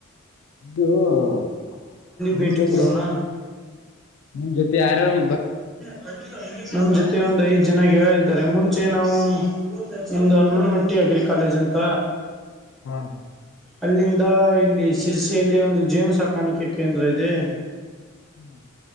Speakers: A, on the left; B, in the centre.
A: ಇ್ದ <inaudible> ನಿಮ
B: ಭೇಟಿ
A: ಜೊತೆ
B: ಕೊಡೋಣ
A: ನಿಮ ಜೊತೆ ಆರಾಮ.
B: ಹ್ಮ ಕಟ್ಟಿತ. ನಮ್ ಜೊತೆ ಒಂದ್ ಐದ್ ಜನ ಗೆಿದ್ದಾರೆ ಮುಂಚೆ ನಾವು ನಮ್ದು ಹನುಮನ್ಮಟ್ಟಿ ಅಗ್ರಿ ಕಾಲೇಜ್ ಅಂತ.
A: ಹ್ಮ.
B: ಅಲ್ಲಿಂದ ಇಲ್ಲಿ ಸಿರ್ಸಿಯಲ್ಲಿ ಒಂದು ಜೇನು ಸಾಕಾಣಿಕೆ ಕೇಂದ್ರ ಇದೆ.
A: ಹ್ಮ್.